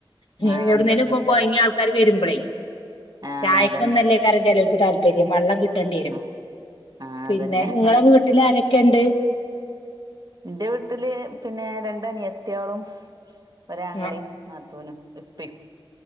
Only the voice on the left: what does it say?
ഉ
എവിടുന്നേലും
ഒക്കെ
കൊഴഞ്ഞ് ആൾക്കാര് വരുമ്പോളേ
ചായക്കൊന്നല്ലേ
കാര ചിലൾക്ക് താല്പര്യം വരിയ വള്ളം കിട്ടേണ്ടി വരും
പിന്നെ
നിങ്ങളെ വീട്ടിൽ ആരൊക്കെ ഉണ്ട്
ആ